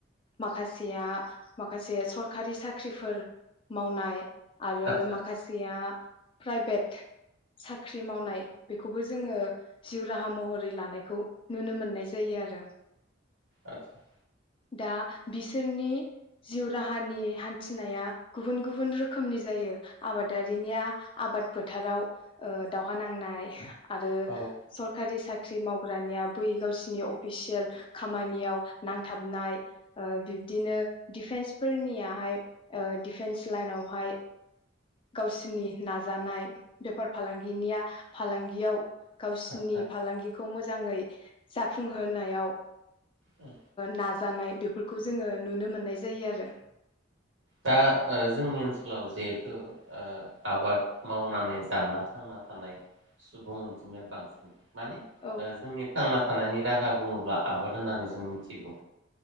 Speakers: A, on the left; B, on the right.
A: माखासेया माखासे सरखारि साख्रिफोर मावनाय आरो
B: आदसा
A: माखासेया प्राइभेट साख्रि मावनाय बेखौबो जोङो जिउ राहा महरै लानायखौ नुनो मोननाय जायो आरो।
B: आतसा
A: दा बिसोरनि जिउ राहानि हान्थिनाया गुबुन गुबुन रोखोमनि जायो आबादारिनिया आबाद फोथाराव दावहा नांनाय। आरो
B: औ
A: सरकारि साख्रि साख्रि मावग्रानिया बै गावसिनि अफिसियेल खामानियाव नांथाबनाय बिब्दिनो। दिफेन्सफोरनियाहाय, दिडिफेन्स लाइनावहाय, गावसोरनि नाजानाय बेफार फालांगिनिया फालांगियाव गावसिनि
B: आदसा
A: फालांगिखौ मोजाङै जाफुंहोनायाव
B: उम
A: नाजानाय बेफोर खौ जोङो नुनो मोननाय जायो आरो
B: दा जोंनि ओनसोलाव जिहेथु आबाद मावनानै जाना थांना थानाय सुबुं अनजिमाया बांसिन माने
A: औ
B: जोंनि थां थानायनि राहा बुङोब्ला आबाद होननानै जों मिथिगौ।